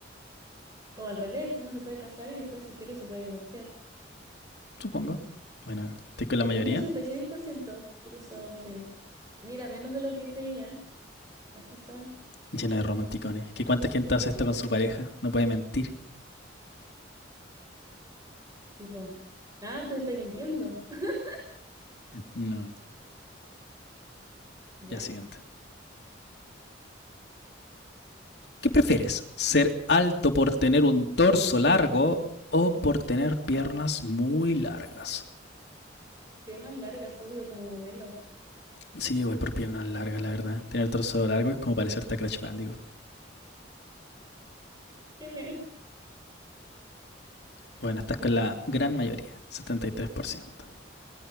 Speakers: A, on the right; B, on the left.
A: O al revés, uno se puede casar y después si quiere se puede divorciar.
B: supongo. Bueno, estoy
A: Sí,
B: con la mayoría
A: un 66% puso, sí. Mira, menos de lo que creía. Así son.
B: llena de romanticones. ¿Qué cuánta gente hace esto con su pareja? No puede mentir.
A: Tipo, Ah, tú estás mintiendo. <laughs>
B: No.
A: Ya.
B: Ya siguiente. ¿Qué prefieres? ¿Ser alto por tener un torso largo o por tener piernas muy largas?
A: Piernas largas, obvio, como modelo.
B: Sí, igual por piernas largas, la verdad. Tener torso largo es como parecerte a Crash Bandicoot.
A: ¿Quién es?
B: Bueno, estás con la gran mayoría, 73%.